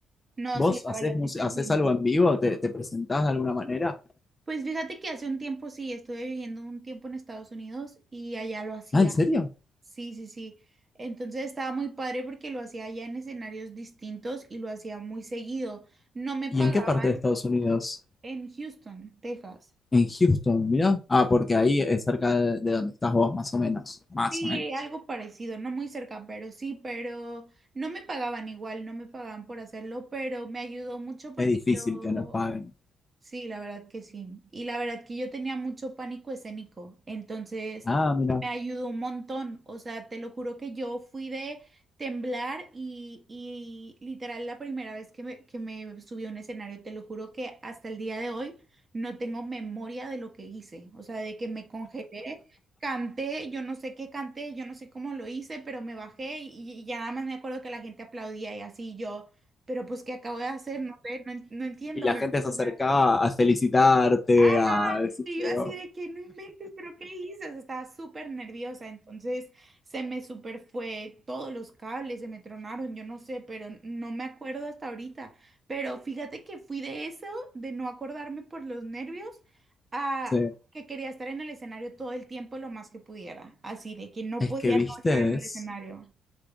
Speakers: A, on the right; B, on the left.
A: No,
B: ¿Vos
A: sí, la
B: haces,
A: verdad sí te
B: haces
A: entiendo.
B: algo en vivo? ¿Te, ¿Te presentás de alguna manera?
A: Pues fíjate que hace un tiempo sí, estuve viviendo un tiempo en Estados Unidos y allá lo hacía.
B: Ah, ¿en serio?
A: Sí, sí, sí. Entonces estaba muy padre porque lo hacía allá en escenarios distintos y lo hacía muy seguido. No me
B: ¿Y
A: pagaban
B: en qué parte de Estados Unidos?
A: en Houston, Texas.
B: En Houston, mira. Ah, porque ahí es cerca de, de donde estás vos, más o menos. Más
A: Sí,
B: o menos.
A: algo parecido, no muy cerca, pero sí, pero no me pagaban igual, no me pagaban por hacerlo, pero me ayudó mucho porque
B: Es difícil
A: yo
B: que nos paguen.
A: Sí, la verdad que sí. Y la verdad que yo tenía mucho pánico escénico, entonces
B: Ah, mira.
A: me ayudó un montón. O sea, te lo juro que yo fui de temblar y, y literal la primera vez que me, que me subí a un escenario, te lo juro que hasta el día de hoy no tengo memoria de lo que hice. O sea, de que me congelé, canté, yo no sé qué canté, yo no sé cómo lo hice, pero me bajé y, y ya nada más me acuerdo que la gente aplaudía y así yo. Pero pues, ¿qué acabo de hacer? No sé, no, en- no entiendo.
B: y la
A: Me,
B: gente se
A: o
B: acercaba
A: sea,
B: a felicitarte,
A: Ajá,
B: a decirte,
A: y yo así
B: "Oh,
A: de que no inventes, pero ¿qué dices? Estaba súper nerviosa, entonces se me super fue todos los cables, se me tronaron, yo no sé, pero no me acuerdo hasta ahorita. Pero fíjate que fui de eso, de no acordarme por los nervios, a
B: sí,
A: que quería estar en el escenario todo el tiempo lo más que pudiera, así de que no
B: es
A: podía
B: que viste,
A: no estar en el
B: es,
A: escenario.